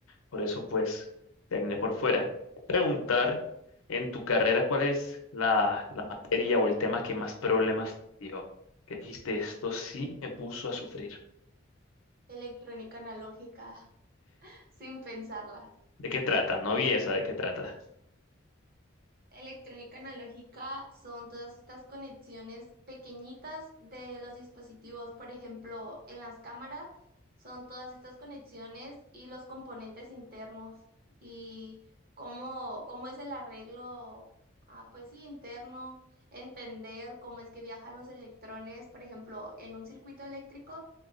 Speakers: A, on the left; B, on the right.
A: Por eso, pues, terminé por fuera. Preguntar, en tu carrera, ¿cuál es la, la materia o el tema que más problemas te dio? Que dijiste, esto sí me puso a sufrir.
B: Electrónica analógica, <laughs> sin pensarla.
A: ¿De qué trata? No vi esa, ¿de qué trata?
B: Electrónica analógica son todas estas conexiones pequeñitas de los dispositivos, por ejemplo, en las cámaras son todas estas conexiones y los componentes internos y cómo, cómo es el arreglo, ah, pues sí, interno, entender cómo es que viajan los electrones, por ejemplo, en un circuito eléctrico,